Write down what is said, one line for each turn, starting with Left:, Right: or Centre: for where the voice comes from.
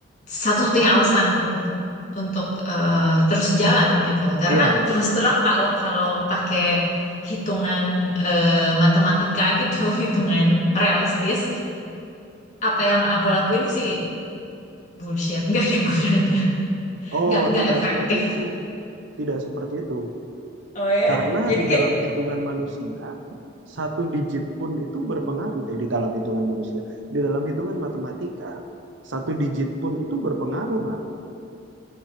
Left: satu-satunya alasan untuk eh, terus jalan gitu. Karena
Right: Iya.
Left: terus terang kalau kalau pakai hitungan eh, matematika gitu, <laughs> hitungan realistis, apa yang aku lakuin sih bullshit, nggak ada gunanya,
Right: oh
Left: nggak nggak
Right: tidak
Left: efektif.
Right: seperti itu tidak seperti itu
Left: Oh ya?
Right: Karena
Left: Jadi
Right: di
Left: kayak
Right: dalam hitungan manusia, satu digit pun itu berpengaruh. Eh, di dalam hitungan manusia, di dalam hitungan matematika, satu digit pun itu berpengaruh, Mbak.